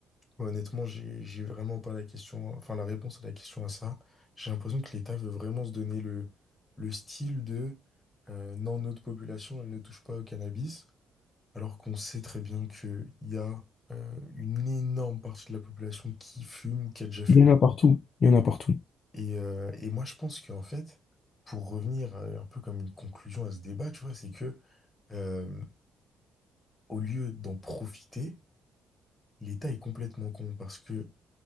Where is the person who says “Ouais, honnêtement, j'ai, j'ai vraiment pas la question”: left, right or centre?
Left